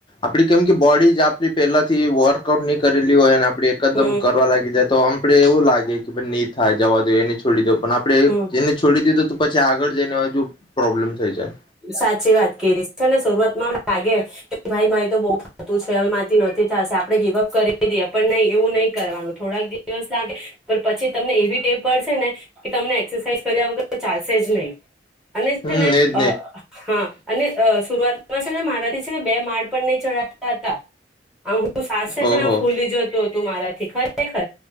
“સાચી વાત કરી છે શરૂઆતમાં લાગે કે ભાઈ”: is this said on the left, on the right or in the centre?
Centre